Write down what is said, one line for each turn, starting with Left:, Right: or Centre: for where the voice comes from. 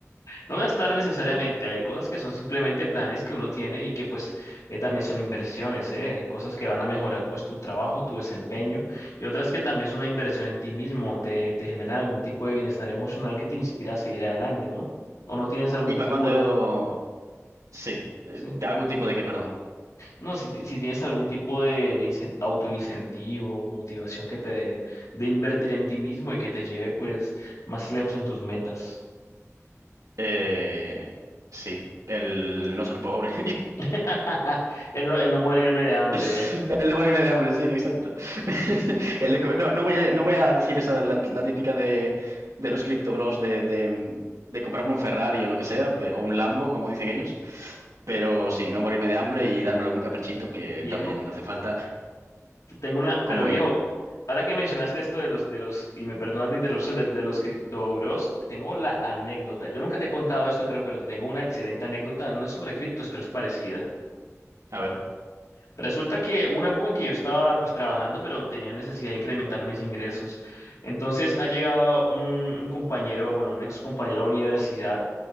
Left: No gastar necesariamente, hay cosas que son simplemente planes que uno tiene y que pues eh, también son inversiones, ¿eh? Hay cosas que van a mejorar pues tu trabajo, tu desempeño y otras que también son una inversión en ti mismo, te, te generan algún tipo de bienestar emocional que te inspira a seguir adelante, ¿no? O no tienes algún
Right: ¿Y para
Left: tipo
Right: cuando...
Left: de...
Right: Sí, eh,
Left: Sí.
Right: algún tipo de que, perdón.
Left: No, si, ti- si tienes algún tipo de, de incen- autoincentivo, motivación que te dé de invertir en ti mismo y que te lleve pues más lejos en tus metas.
Right: Eh, sí, el no ser pobre.
Left: <laughs> El no, el no morirme de hambre,
Right: <laughs>
Left: ¿eh?
Right: El no morirme de hambre, sí, exacto. <laughs> El de co- no, no voy a, no voy a decir esa de la, la típica de, de los Crypto Bros de, de, de comprarme un Ferrari o lo que sea, pero, o un Lambo, como dicen ellos. Pero sí, no morirme de hambre y darme algún caprichito que
Left: Viejo.
Right: también hace falta.
Left: Tengo una,
Right: Como,
Left: pero viejo,
Right: vi-
Left: ahora que mencionaste esto de los, de los, y me perdonas la interrupción, de, de los cripto bros, te tengo la anécdota. Yo nunca te he contado esto, creo, pero te tengo una excelente anécdota. No es sobre criptos, pero es parecida.
Right: a ver,
Left: Resulta que hubo una época en que yo estaba pues trabajando, pero tenía necesidad de incrementar mis ingresos. Entonces ha llegado un, un compañero, bueno, un ex compañero de universidad